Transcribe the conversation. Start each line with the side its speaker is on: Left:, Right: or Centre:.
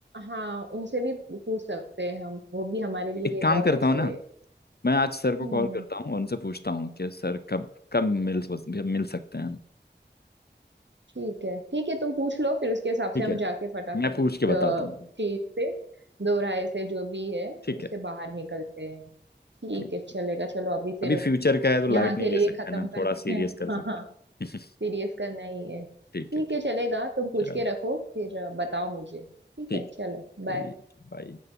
Right: हाँ उनसे भी पूछ सकते हैं हम वो भी हमारे लिए
Left: एक काम
Right: बहुत
Left: करता
Right: अच्छे
Left: हूँ ना
Right: हैं।
Left: मैं आज सर को
Right: हम्म
Left: कॉल करता हूँ और उनसे पूछता हूँ कि सर कब कब मिल कब मिल सकते हैं
Right: ठीक है ठीक है तुम पूछ लो फिर उसके हिसाब
Left: ठीक
Right: से हम
Left: है
Right: जाके फटाफट
Left: मैं पूछ
Right: इस
Left: के बताता
Right: अ,
Left: हूँ
Right: चीज से दो राय से जो भी है
Left: ठीक
Right: उससे
Left: है
Right: बाहर निकलते हैं ठीक
Left: ठीक
Right: है चलेगा चलो अभी फिर
Left: अभी फ्यूचर का है तो लाइट
Right: यहाँ के
Left: नहीं ले
Right: लिए
Left: सकते
Right: खत्म
Left: ना
Right: करते
Left: थोड़ा सीरियस
Right: हैं
Left: कर
Right: हाँ
Left: सकते
Right: हाँ
Left: हैं
Right: सीरियस करना ही है
Left: <laughs>
Right: ठीक
Left: ठीक है ठीक
Right: है चलेगा तुम पूछ
Left: चलो
Right: के रखो फिर अ, बताओ मुझे ठीक
Left: ठीक
Right: है चलो
Left: ठीक
Right: बाय
Left: बाय